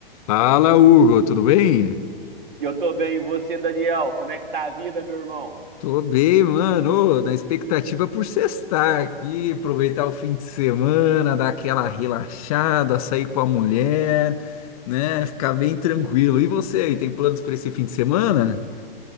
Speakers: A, on the left; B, on the right.
A: Fala, Hugo, tudo bem?
B: Eu tô bem, e você, Daniel? Como é que tá a vida, meu irmão?
A: Tô bem, mano. Ô, na expectativa por sextar aqui, aproveitar o fim de semana, dar aquela relaxada, sair com a mulher, né? Ficar bem tranquilo. E você aí, tem planos para esse fim de semana?